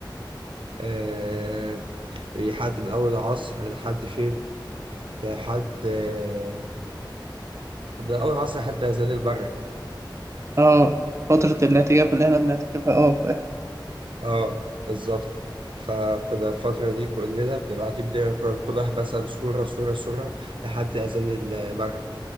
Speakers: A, on the right (about 85°); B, on the right (about 35°).
A: أه لحد من أول العصر لحد فين؟ لحد آه، من أول العصر لحد أذان المغرب
B: اه فتره الاعتكاف اللي احنا بنعتكفها اه فاهم
A: اه بالظبط فكنا الفترة دي كلنا بنبقى قاعدين بنقرا القرآن كل واحد مثلا سورة سورة سورة لحد أذان المغرب